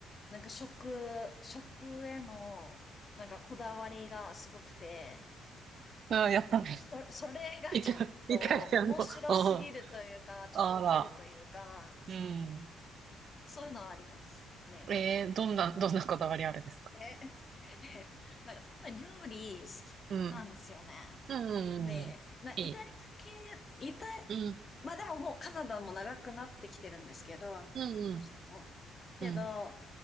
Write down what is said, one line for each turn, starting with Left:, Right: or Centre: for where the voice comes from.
Left: なんか食、食への、なんかこだわりがすごくて、
Right: あ、やっぱり。
Left: そ、それがちょっと面白すぎるというか、
Right: イタ、イタリアの、あ
Left: ちょっとウケるというか、
Right: あ、あら。うん。
Left: そういうのはありますね。
Right: えー、どんな、どんなこだわりあるんですか
Left: え、<laughs> で、なんか多分料理好きなんですよね。
Right: うん、うん、
Left: で、
Right: うんうんいい。
Left: な、イタリア系、イタ、
Right: うん、
Left: まあでももうカナダも長くなってきてるんですけど、
Right: うん、
Left: この人も。
Right: うん。
Left: けど、
Right: うん